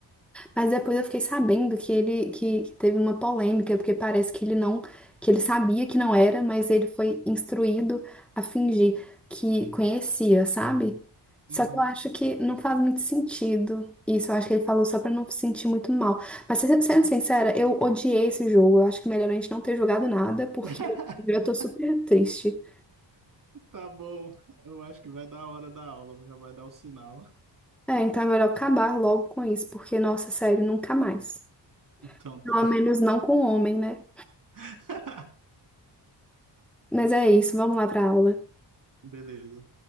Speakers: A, in the centre; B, on the right.
A: Mas depois eu fiquei sabendo que ele que, que teve uma polêmica, porque parece que ele não, que ele sabia que não era, mas ele foi instruído a fingir que conhecia, sabe? Só
B: Uhum.
A: que eu acho que não faz muito sentido isso. Eu acho que ele falou só pra não se sentir muito mal. Mas se- sendo sincera, eu odiei esse jogo. Eu acho que é melhor a gente não ter jogado nada, porque
B: <laughs>
A: eu tô super triste.
B: Tá bom, eu acho que vai dar a hora da aula, já vai dar o sinal.
A: É, então é melhor acabar logo com isso, porque, nossa, sério, nunca mais.
B: Então tá.
A: Pelo menos não com o homem, né?
B: <laughs>
A: Mas é isso, vamos lá pra aula.
B: Beleza.